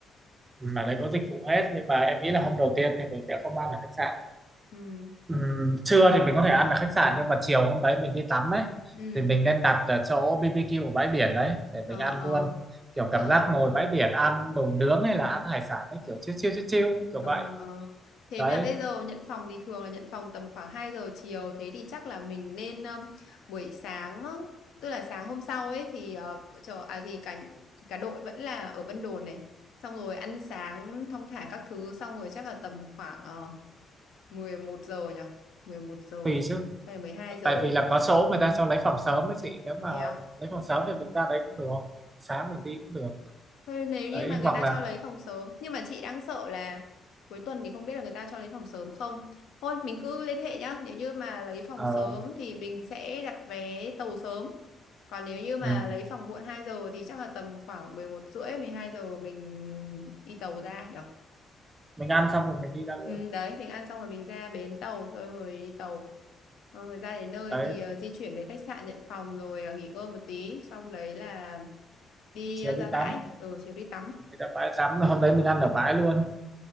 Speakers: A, on the right; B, on the left.
A: mà đấy có dịch vụ hết nhưng mà em nghĩ là hôm đầu tiên thì mình sẽ không ăn ở khách sạn
B: ừ
A: Ừm, trưa thì mình có thể ăn ở khách sạn nhưng mà chiều hôm đấy mình đi tắm ấy
B: ừ
A: thì mình nên đặt ở chỗ BBQ ở bãi biển đấy để
B: ờ
A: mình ăn
B: ờ
A: luôn kiểu
B: ờ
A: cảm giác ngồi bãi biển ăn đồ nướng hay là ăn hải sản ấy kiểu chill chill chill chill kiểu
B: Ờ,
A: vậy
B: ờ. Thế
A: đấy
B: mà bây giờ nhận phòng thì thường là nhận phòng tầm khoảng 2 giờ chiều thế thì chắc là mình nên um, buổi sáng á, tức là sáng hôm sau ấy thì ờ, vợ chờ à thì cả thì cả đội vẫn là ở Vân Đồn này xong rồi ăn sáng thong thả các thứ xong rồi chắc là tầm khoảng uh, 11 giờ nhỉ mười một giờ
A: tùy chứ
B: hay 12 giờ
A: tại vì là có số người ta cho lấy phòng sớm ấy chị nếu mà
B: thế à?
A: lấy phòng sớm thì mình ra đấy cũng được mình sáng mình đi cũng được
B: Thôi nếu như
A: đấy
B: mà người
A: hoặc
B: ta
A: là
B: cho lấy phòng sớm Nhưng mà chị đang sợ là Cuối tuần thì không biết là người ta cho lấy phòng sớm không Thôi mình cứ liên hệ nhá Nếu như mà lấy phòng
A: ờ,
B: sớm Thì mình sẽ đặt vé tàu sớm Còn nếu như mà
A: ừm,
B: lấy phòng muộn 2 giờ Thì chắc là tầm khoảng 11 rưỡi 12 giờ mình đi tàu ra nhở
A: mình ăn xong rồi mình đi ra luôn
B: Ừ đấy mình ăn xong rồi mình ra bến tàu Rồi rồi đi tàu Xong Rồi ra đến nơi
A: đấy
B: thì ờ, di chuyển về khách sạn nhận phòng Rồi ờ, nghỉ ngơi một tí Xong đấy là đi
A: chiều
B: ờ, ra
A: đi
B: bãi
A: tắm
B: Ừ chiều đi tắm
A: người ta bãi tắm hôm đấy mình ăn ở bãi luôn